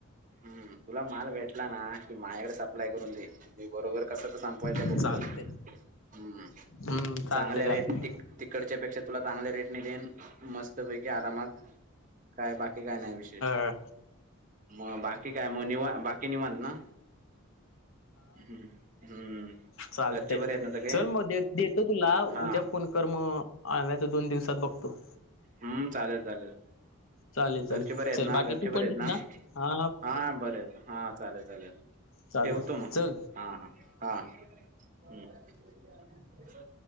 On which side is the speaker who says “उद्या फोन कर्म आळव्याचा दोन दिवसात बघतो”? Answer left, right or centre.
Left